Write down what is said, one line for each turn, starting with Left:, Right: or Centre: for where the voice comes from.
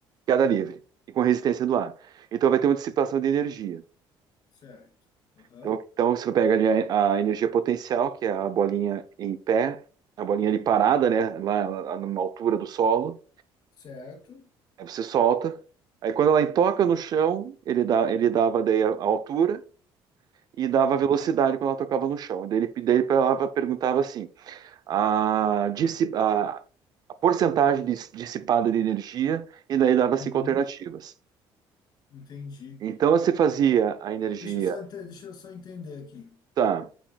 Right: queda livre, e com resistência do ar. Então vai ter uma dissipação de energia.
Left: Certo. Aham.
Right: Então, então você pega ali a, a energia potencial, que é a bolinha em pé, a bolinha ali parada, né, lá, lá numa altura do solo,
Left: Certo?
Right: aí você solta. Aí quando ela toca no chão, ele dá, ele dava daí a a altura. e dava
Left: Ah,
Right: velocidade quando ela tocava no chão. Daí ele, daí ele falava- perguntava assim: a, dissi- a- a porcentagem dis- dissipada de energia, e daí dava cinco
Left: uhum,
Right: alternativas.
Left: entendi.
Right: Então você fazia a energia
Left: Deixa eu só, ente- deixa eu só entender aqui.
Right: tá,